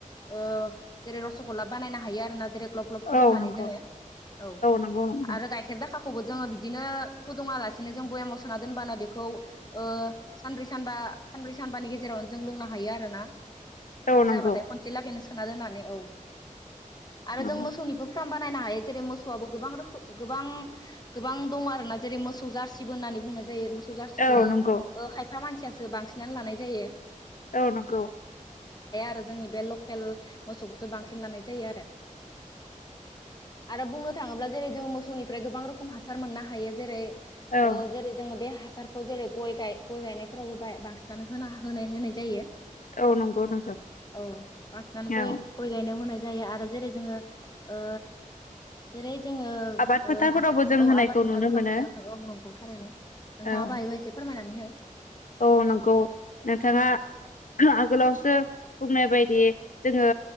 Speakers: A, on the left; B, on the left.
A: ओ जेरै रस'गल्ला बानायनो हायो आरोना जेरै ग्लब ग्लब फुदुंनानै
B: औ नंगौ
A: जोङो औ
B: नंगौ नोंथां
A: आरो गायखेर दाखा खौबो जोंओ बिदिनो फुदुंआलासिनो जोंओ बयामाव सोना दोनबानो बेखौ ओ सानब्रै सानबा आ सानब्रै सानबानि गेजेरावनो जों लोंनो हायो आरोना।
B: औ
A: बुरजाबाथाय
B: नंगौ
A: खनसे लागैनो सोना दोननानै औ आरो
B: नंगौ
A: जों मोसौनिबो फ्राम बा जेरै मोसौआबो गोबां रोखोम गोबां गोबां दङ आरोना जेरै मोसौ जारसिबो होननानै बुंनाय जायो मोसौ सौ जारसिखौ
B: औ नंगौ
A: ओ खायफा मानसियासो बांसिनानो लानाय जायो।
B: औ नंगौ।
A: दा जोंनि बे लकेल मोसौखौसो बांसिन लानाय जायो आरो। आरो बुंनो थाङोब्ला जेरै जोंङ मोसौनिफ्राय गोबां रोखोम हासार मोननो हायो जेरै
B: औ
A: ओ जेरै जोङो बे हा हासारखौ जेरै गया गाय गय गायनायफोरावबो बा-बांसिनानो होना होनाय होनाय जायो।
B: औ नंगौ नोंथां
A: औ बासनानै गय
B: औ
A: गय गायनायाव होनाय जायो आरो जेरै जोङो ओ जेरै जोङो
B: आबाद फोथारफोरावबो
A: ओ हासार
B: जों
A: औ
B: होनायखौ
A: आबाद फोथारफोरावबो
B: नुनो मोनो
A: जों औ नंगौ थारैनो। नोंथाङाबो
B: औ
A: हायोबा एसे फोरमायनानै हो।
B: औ नंगौ नोंथाङा आगोलावसो बुंनाय बायदि जोङो